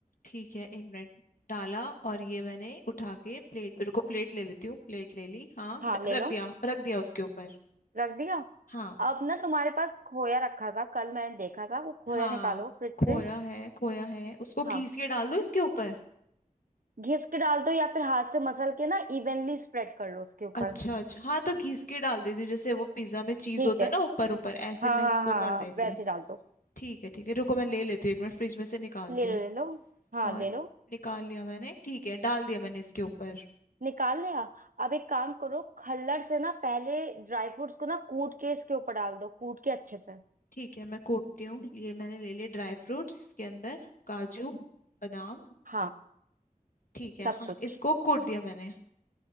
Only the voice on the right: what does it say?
हाँ
ले
लो
रख दिया
अब ना तुम्हारे पास खोया रखा था कल मैंने देखा था वो खोया
निकालो फ्रिज
से
हाँ
घिस के डाल दो या फिर हाथ से मसल के ना इवनली स्प्रेड कर लो उसके ऊपर
ठीक
है
हाँ
हाँ
हाँ
हाँ
वैसे
डाल दो
ले
लो ले लो हाँ
ले लो
निकाल लिया अब एक काम करो खल्लड़ से ना पहले ड्राई फ्रूट्स को ना कूट के इसके ऊपर डाल दो कूट के अच्छे से
हाँ
सब
कुछ